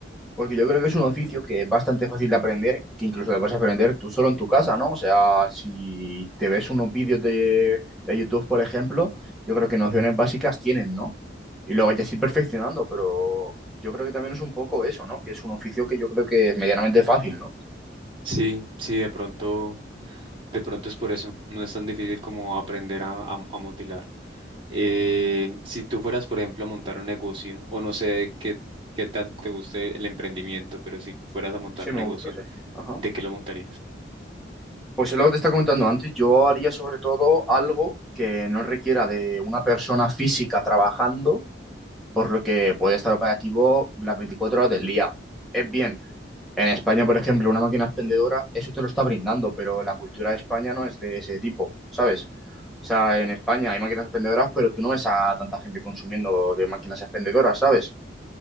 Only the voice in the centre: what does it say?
Porque yo creo que es un oficio que es bastante fácil de aprender, que incluso lo vas a aprender tú solo en tu casa, ¿no? O sea, si te ves unos vídeos de, de YouTube, por ejemplo, yo creo que nociones básicas tienen, ¿no? Y luego ya ir perfeccionando, pero yo creo que también es un poco eso, ¿no? Que es un oficio que yo creo que es medianamente fácil, ¿no?
Sí,
me
gusta, sí. Ajá.
Pues es lo que te está comentando antes, yo haría sobre todo algo que no requiera de una persona física trabajando, por lo que puede estar operativo las 24 horas del día. Es bien, en España, por ejemplo, una máquina expendedora, eso te lo está brindando, pero la cultura de España no es de ese tipo, ¿sabes? O sea, en España hay máquinas expendedoras, pero tú no ves a tanta gente consumiendo de máquinas expendedoras, ¿sabes?